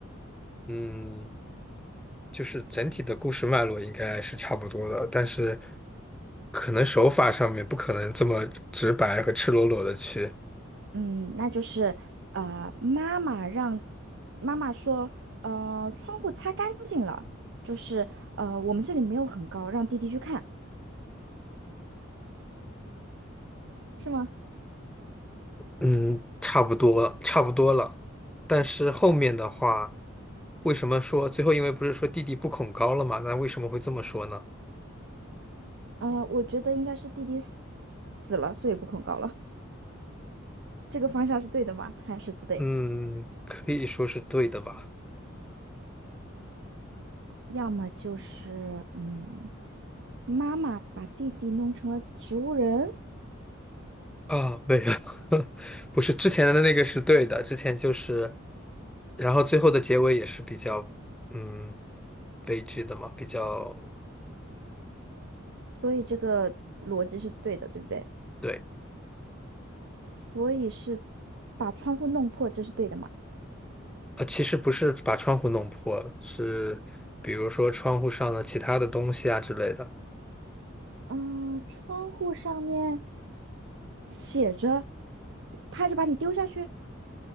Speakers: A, in the centre; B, on the right.
A: <laughs> 嗯。就是整体的故事脉络应该是差不多的，但是可能手法上面不可能这么直白和赤裸裸的去，
B: 嗯，那就是呃，妈妈让妈妈说，呃，窗户擦干净了，就是呃，我们这里没有很高，让弟弟去看，是吗？
A: 嗯，差不多，差不多了。但是后面的话，为什么说最后因为不是说弟弟不恐高了嘛？那为什么会这么说呢？
B: 呃，我觉得应该是弟弟死死了，所以不恐高了。这个方向是对的吗？还是不对？
A: 嗯，可以说是对的吧？
B: 要么就是嗯，妈妈把弟弟弄成了植物人，
A: 啊，没有，<laughs> 不是之前的那个是对的，之前就是，然后最后的结尾也是比较，嗯，悲剧的嘛，比较。
B: 所以这个逻辑是对的，对不对？
A: 对。
B: 所以是把窗户弄破，这是对的吗？
A: 呃，其实不是把窗户弄破，是比如说窗户上的其他的东西啊之类的，
B: 嗯，窗户上面写着，他就把你丢下去。